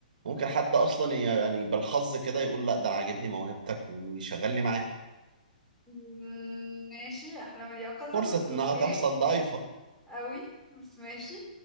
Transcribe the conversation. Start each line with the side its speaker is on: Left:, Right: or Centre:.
Right: ممكن حد اصلا ي- يعني بالحظ كده يقول لا ده انا عاجبني موهبتك ويشغلني معاه
Centre: مم، ماشي أحلام اليقظة
Right: فرصه
Centre: بس أوكي
Right: انها تحصل ضعيفه
Centre: أوي بس ماشي